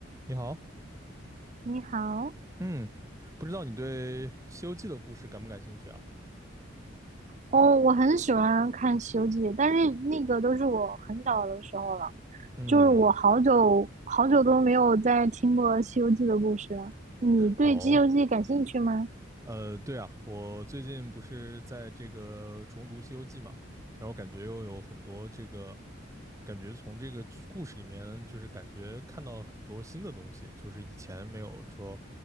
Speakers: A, on the right; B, on the right.
A: 你好，
B: 你好，
A: 嗯，不知道你对《西游记》的故事感不感兴趣啊？
B: 哦，我很喜欢看《西游记》，但是那个都是我很小的时候了，
A: 嗯，
B: 就是我好久好久都没有再听过《西游记》的故事了。你对《西游记》感兴趣吗？
A: 哦，呃，对啊，我最近不是在这个重读《西游记》嘛，然后感觉又有很多这个，感觉从这个剧故事里面，就是感觉看到了很多新的东西，就是以前没有说